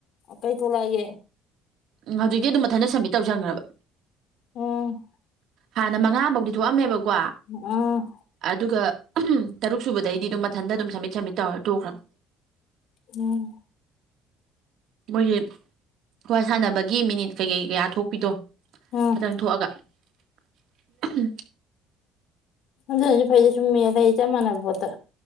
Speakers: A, on the left (about 60°); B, on the right (about 60°).
A: ꯀꯩ ꯊꯣꯛꯂꯛꯑꯒꯦ
B: ꯎꯝ ꯍꯧꯖꯤꯛꯇꯤ ꯑꯗꯨꯝ ꯃꯊꯟꯇ ꯁꯝꯃꯤꯠ ꯇꯧꯁꯟꯈ꯭ꯔꯕ
A: ꯎꯝ
B: ꯍꯥꯟꯅ ꯃꯉꯥ ꯐꯧꯗꯤ ꯊꯣꯛꯑꯝꯃꯦꯕ ꯀꯣ
A: ꯎꯝ
B: ꯑꯗꯨꯒ ꯇꯔꯨꯛ ꯁꯨꯕꯗꯩꯗꯤ ꯑꯗꯨꯝ ꯃꯊꯟꯇ ꯑꯗꯨꯝ ꯁꯝꯃꯤꯠ ꯁꯝꯃꯤꯠ ꯇꯧꯔ ꯇꯣꯛꯈ꯭ꯔꯕ
A: ꯎꯝ
B: ꯃꯣꯏꯁꯦ ꯈ ꯁꯥꯟꯅꯕꯒꯤ ꯃꯤꯅꯤꯠ ꯀꯩꯀꯩ ꯀꯌꯥ ꯊꯣꯛꯄꯤꯗꯣ
A: ꯎꯝ
B: ꯈꯤꯇꯪ ꯊꯣꯛꯑꯒ ꯎ
A: ꯑꯗꯨꯖꯤꯛ ꯍꯧꯖꯤꯛ ꯐꯩꯗꯤꯦ ꯁꯨꯝꯃꯦ ꯂꯩ ꯑꯩ ꯆꯞ ꯃꯥꯟꯅꯕ ꯄꯣꯠꯇ